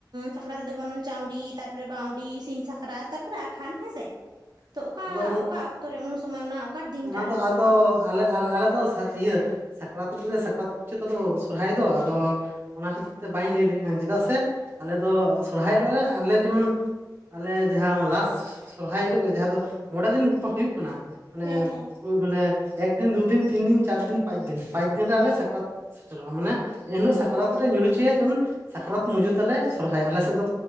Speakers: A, on the right; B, on the right.
A: ᱥᱟᱠᱨᱟᱛ ᱨᱮᱫᱚ ᱵᱚᱱ ᱪᱟᱹᱣᱰᱤ ᱛᱟᱨᱯᱚᱨᱮ ᱵᱟᱹᱣᱰᱤ ᱥᱤᱧ ᱥᱟᱠᱨᱟᱛ ᱛᱟᱨᱯᱚᱨᱮ ᱟᱠᱷᱟᱱ ᱦᱮᱸᱥᱮ᱾ ᱛᱚ ᱚᱠᱟ
B: ᱟᱫᱚ
A: ᱚᱠᱟ ᱚᱠᱛᱚᱨᱮ ᱩᱱᱥᱚᱢᱚᱭ ᱚᱱᱟ ᱚᱠᱟ ᱫᱤᱱᱴᱟᱜ
B: ᱚᱱᱟ
A: ᱨᱮᱠᱚ
B: ᱫᱚ ᱟᱫᱚ
A: ᱪᱟᱞᱟᱜ-ᱟ?
B: ᱟᱞᱮ ᱟᱞᱮ ᱟᱞᱮ ᱫᱚ ᱤᱭᱟᱹ ᱥᱟᱠᱨᱟᱛ ᱨᱮ ᱥᱟᱠᱨᱟᱛ ᱢᱩᱪᱟ. ᱛ ᱫᱚ ᱥᱚᱨᱦᱟᱭ ᱫᱚ ᱟᱫᱚ ᱚᱱᱟ ᱠᱷᱟᱹᱛᱤᱨ ᱛᱮ ᱵᱟᱹᱧ ᱞᱟᱹᱭ ᱫᱟᱲᱮᱭᱟᱜ ᱠᱟᱱᱟ ᱪᱮᱫᱟᱜ ᱥᱮ ᱟᱞᱮ ᱫᱚ ᱥᱚᱨᱦᱟᱭ ᱦᱤᱞᱳᱜ ᱨᱮ ᱟᱞᱮ ᱡᱮᱢᱚᱱ ᱟᱞᱮ ᱡᱟᱦᱟᱸ ᱞᱟᱥ ᱥᱚᱨᱦᱟᱭ ᱦᱤᱞᱳᱜ ᱜᱮ ᱡᱟᱦᱟᱸ ᱫᱚ ᱢᱚᱬᱮ ᱫᱤᱱ ᱦᱩᱭᱩᱜ ᱠᱟᱱᱟ ᱢᱟᱱᱮ
A: ᱦᱮᱸ ᱦᱮᱸ
B: ᱳᱭ ᱢᱟᱱᱮ ᱮᱠᱫᱤᱱ ᱫᱩᱫᱤᱱ ᱛᱤᱱ ᱫᱤᱱ ᱪᱟᱨ ᱫᱤᱱ ᱯᱟᱸᱪ ᱫᱤᱱ ᱯᱟᱸᱪ ᱫᱤᱱ ᱨᱮ ᱟᱞᱮ ᱥᱟᱠᱨᱟᱛ ᱥᱮᱴᱮᱨᱚᱜ-ᱟ ᱢᱟᱱᱮ ᱮᱱᱦᱤᱞᱳᱜ ᱥᱟᱠᱨᱟᱛ ᱞᱮ ᱧᱩᱨ ᱦᱚᱚᱭᱟ ᱡᱮᱢᱚᱱ ᱥᱟᱠᱨᱟᱛ ᱢᱩᱪᱟᱹᱫ ᱛᱟᱞᱮ ᱥᱚᱨᱦᱟᱭᱟ ᱟᱞᱮ ᱥᱮᱫ ᱫᱚ